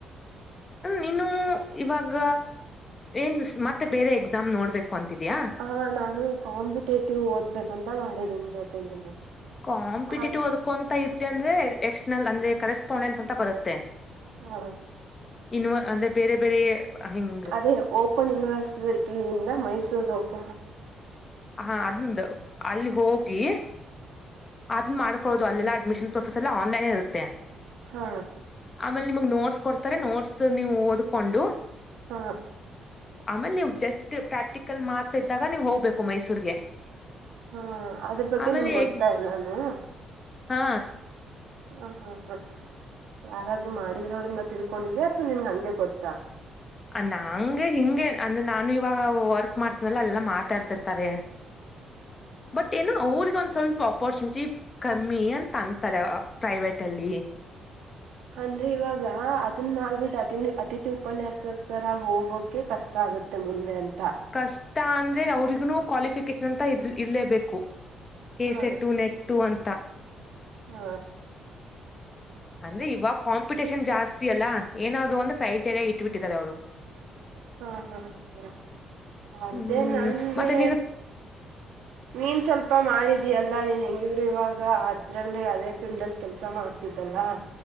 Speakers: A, on the left; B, on the right.
A: ನೀನು ಇವಾಗ ಏನ್ ಮತ್ತೆ ಬೇರೆ ಎಕ್ಸಾಮ್ ನೋಡ್ಬೇಕು ಅಂತಿದಯಾ
B: ಹಾ ನಾನು ಕಾಂಪಿಟೇಟಿವ್ ಓದ್ಬೇಕಂತ ಮಾಡಿದೀನಿ ಜೊತೆಗೇನೆ
A: ಕಾಂಪಿಟೇಟಿವ್
B: ಹ
A: ಅದಕು ಅಂತ ಇದ್ದೆ ಅಂದ್ರೆ ಎಕ್ಸ್ಟರ್ನಲ್ ಅಂದ್ರೆ ಕರೆಸ್ಪಾಂಡೆನ್ಸ್ ಅಂತ ಬರುತ್ತೆ
B: ಹಾ
A: ಇನ್ನು ಅಂದೇ ಬೇರೆ ಬೇರೆ ಹಮ್
B: ಅದೇ ಓಪನ್ ಯನಿವರ್ಸಿಟಿಿಂದ ಮೈಸೂರು ಓಪ
A: ಹಾ ಅದಂದು ಅಲ್ಲಿ ಹೋಗಿ ಅದನ್ನ ಮಾಡ್ಕೊಳ್ಳೋದು ಅಲ್ಲೆಲ್ಲ ಅಡ್ಮಿಷನ್ ಪ್ರೊಸೆಸ್ ಎಲ್ಲ ಆನ್ಲೈನ್ೇ ಇರುತ್ತೆ
B: ಹಾ
A: ಆಮೇಲೆ ನಿಮಗ್ ನೋಟ್ಸ್ ಕೊಡ್ತಾರೆ ನೋಟ್ಸ್ ನೀವು ಓದ್ಕೊಂಡು
B: ಹಾ
A: ಆಮೇಲೆ ನೀವು್ ಜಸ್ಟ್ ಪ್ರಾಕ್ಟಿಕಲ್ ಮಾತ್ರ ಇದ್ದಾಗ ನೀವ್ ಹೋಗ್ಬೇಕು ಮೈಸೂರ್ಗೆ
B: ಹಾ ಅದ್ರ ಬಗ್ಗೆ
A: ಆಮೇಲೆ
B: ನಿಂಗ ಗೊತ್ತಾ
A: ಎಕ್ಸ್
B: ಎಲ್ಲಾನು
A: ಹಾ
B: ಹ ಹಾ ಹಾ ಯಾರಾದ್ರು ಮಾಡಿದ್ರೋ್ರನ್ನ ತಿಳ್ಕೊಂಡಿದ್ಯಾ ಅಥವಾ ನಿನ್ ಹಂಗೆ ಗೊತ್ತಾ
A: ನಂಗೆ ಹಿಂಗೆ ಅಂದ್ರೆ ನಾನು ಇವಾಗ ವರ್ಕ್ ಮಾಡ್ತನಲ್ಲ ಎಲ್ಲಾ ಮಾತಾಡ್ತಿರ್ತಾರೆ
B: <unintelligible>
A: ಬಟ್ ಏನುೋ ಅವ್ರಗ ಒಂದು ಸ್ವಲ್ಪ ಅಪರ್ಚುನಿಟಿ ಕಮ್ಮಿ ಅಂತ ಅಂತಾರೆ ಪ್ರೈವೇಟಲ್ಲಿ
B: ಅಂದ್ರೆ ಇವಾಗ ಅದನ್ ಮಾಡ್ಬಿಟ್ಟು ಅತನ್ ಅತಿಥಿ ಉಪನ್ಯಾಸಕರಾಗಿ ಹೋಗೋಕೆ ಕಷ್ಟ ಆಗುತ್ತೆ ಮುಂದೆ ಅಂತ
A: ಕಷ್ಟ ಅಂದ್ರೆ ಅವ್ರಿಗ ಕ್ವಾಲಿಫಿಕೇಶನ್ ಅಂತ ಇ ಇರಲೇಬೇಕು
B: ಹಾ
A: ಎಸೆ ಟು ನೆಟ್ ಟ್ಟ ಅಂತ
B: ಹ್ಮ
A: ಅಂದ್ರೆ ಇವಾಗ ಕಾಂಪಿಟಷನ್ ಜಾಸ್ತಿ ಅಲ್ಲಾ ಏನಾದ್ೂ ಒಂದು ಕ್ರೈಟೇರಿಯಾ ಇಟ್ಬಿಟ್ಟಿದ್ದಾರೆ ಅವ್ರು
B: ಹಾ ಹಾ ಹ್ಮ್ ಅದೇ
A: ಹ್ಮ್
B: ನಂಗೆ
A: ಮತ್ತೆ ನೀನು
B: ನೀನ್ ಸ್ವಲ್ಪ ಮಾಡಿದೀಯಲ್ಲಾ ನೀನ್ ಹೆಂಗವ್ರು ಇವಾಗ ಅದ್ರಲ್ಲಿ ಅದೇ ಫೀಲ್ಡ್ ಅಲ್ಲಿ ಕೆಲ್ಸ ಮಾಡ್ತಿದ್ದಲ್ಲ